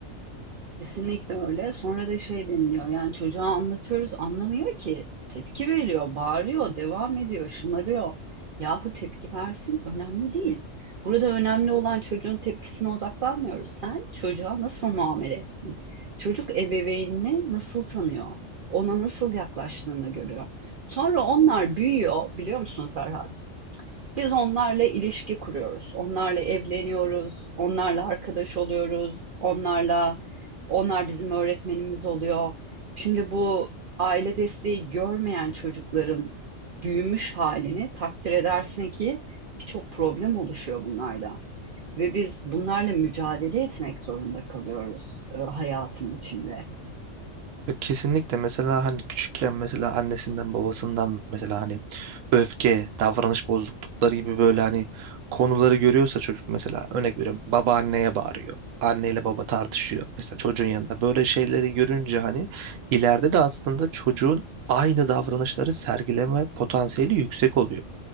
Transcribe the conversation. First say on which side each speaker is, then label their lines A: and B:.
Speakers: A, on the right; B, on the right.
A: Kesinlikle öyle. Sonra da şey deniliyor. Yani çocuğa anlatıyoruz, anlamıyor ki. Tepki veriyor, bağırıyor, devam ediyor, şımarıyor. Yahu tepki versin, önemli değil. Burada önemli olan çocuğun tepkisine odaklanmıyoruz. Sen çocuğa nasıl muamele ettin? Çocuk ebeveynini nasıl tanıyor? Ona nasıl yaklaştığını görüyor. Sonra onlar büyüyor, biliyor musun Ferhat? Biz onlarla ilişki kuruyoruz. Onlarla evleniyoruz, onlarla arkadaş oluyoruz, onlarla onlar bizim öğretmenimiz oluyor. Şimdi bu aile desteği görmeyen çocukların büyümüş halini takdir edersin ki birçok problem oluşuyor bunlarda. Ve biz bunlarla mücadele etmek zorunda kalıyoruz e, hayatın içinde.
B: Ya Kesinlikle mesela hani küçükken mesela annesinden babasından mesela hani öfke, davranış bozuklukları gibi böyle hani konuları görüyorsa çocuk mesela örnek veriyorum baba anneye bağırıyor. Anneyle baba tartışıyor mesela çocuğun yanında. Böyle şeyleri görünce hani ileride de aslında çocuğun aynı davranışları sergileme potansiyeli yüksek oluyor.